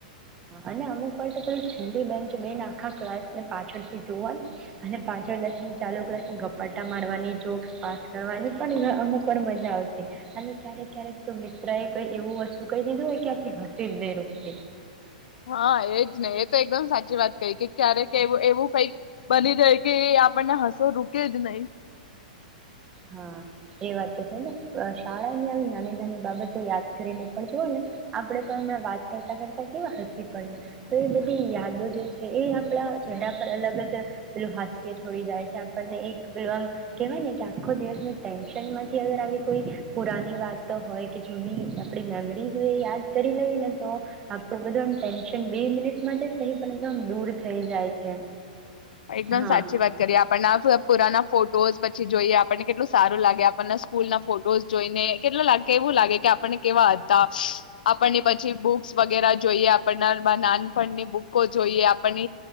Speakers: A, on the right; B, on the left.
A: અને અમુક વાર તો પેલી બેન્ચ બેન આખા ક્લાસ ને પાછળથી જોવાની, અને પાછળ દશ ચાલુ ક્લાસને ઘપાટા મારવાની, જોક પાસ કરવાની, પણ અમુક વાર મજા આવતી, અને ક્યારેક ક્યારેક તો મિત્ર એ કઈ એવું વસ્તુ કહી દીધું હોય, કે આપે હસી જ નહી રોકતી.
B: હા, એજ નહી, એ તો એકદમ સાચી વાત કહી, કે ક્યારેક એવું, કઈક બની જાય કે, એ આપણને હસો રૂકે જ નહી.
A: હા, એ વાત તો છે ને, શાળાની આવી નાની-નાની બાબતો યાદ કરીને, પણ જુઓ ને, આપણે પણ હમણાં વાત કરતા- કરતા કેવા હસી પડ્યા તો, એ બધી યાદો જે છે, એ આપડા ચહેરા પર અલગ જ પેલું હાસ્ય છોડી જાય છે આપણને એક પેલું આમ કેહેવાય ને કે આમ આખો દિવસનું ટેન્શનમાંથી અગર આવી કોઈ પુરાની વાતો હોય કે જૂની આપણી મેમરી હોય એ યાદ કરી લઈએ ને તો આપણું બધું આમ ટેન્શન બે મિનિટ માટે સહી પણ એકદમ દૂર થઈ જાય છે.
B: એકદમ
A: હા
B: સાચી વાત કરીએ આપણના પુરાના. ફોટો પછી જોઈએ આપણને કેટલું સારું લાગે આપણ ને સ્કૂલ ના ફોટોઝ જોઈને કેટલા લાગ એવું લાગે કે આપણને કેવા હતા, આપણની પછી બુક્સ વગેરે જોઈએ આપણ નાનપણની બુકો જોઈએ આપણ